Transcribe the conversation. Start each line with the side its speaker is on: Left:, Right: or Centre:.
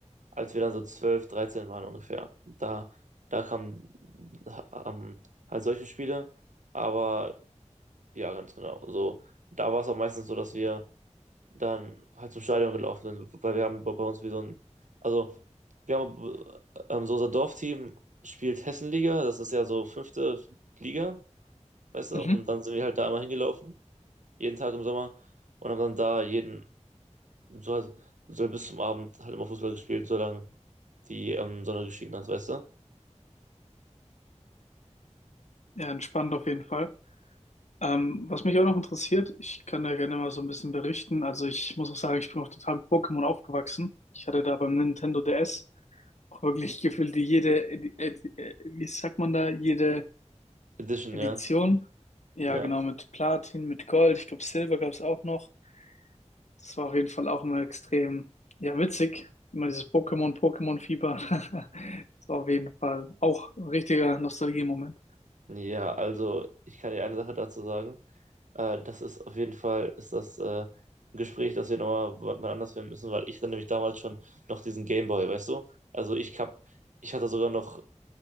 Right: als wir dann so 12 13 waren ungefähr. Da, da kamen ähm, halt solche Spiele. Aber ja, ganz genau. So, da war es auch meistens so, dass wir dann halt zum Stadion gelaufen sind, weil wir haben bei bei uns wie so ein, also wir haben ähm, so unser Dorfteam spielt Hessenliga, das ist ja so fünfte Liga, weißt du,
Left: Mhm.
Right: und dann sind wir halt da immer hingelaufen, jeden Tag im Sommer und haben dann da jeden so, halt- so halt bis zum Abend halt immer Fußball gespielt, solange die ähm, Sonne geschienen hat, weißt du?
Left: Ja, entspannt auf jeden Fall. Ähm, was mich auch noch interessiert, ich kann da gerne mal so ein bisschen berichten. Also ich muss auch sagen, ich bin auch total mit Pokémon aufgewachsen. Ich hatte da beim Nintendo DS auch wirklich gefühlt jede, äh, äh, wie sagt man da, jede
Right: Edition,
Left: Edition.
Right: ja.
Left: Ja,
Right: Ja.
Left: genau, mit Platin, mit Gold. Ich glaube, Silber gab es auch noch. Das war auf jeden Fall auch immer extrem, ja, witzig. Immer dieses Pokémon, Pokémon-Fieber. <laughs> Das war auf jeden Fall auch ein richtiger Nostalgie-Moment.
Right: Ja, also ich kann dir eine Sache dazu sagen. Äh, das ist auf jeden Fall, ist das äh, ein Gespräch, das wir nochmal wann wann anders führen müssen, weil ich dann nämlich damals schon noch diesen Gameboy, weißt du? Also ich hab, ich hatte sogar noch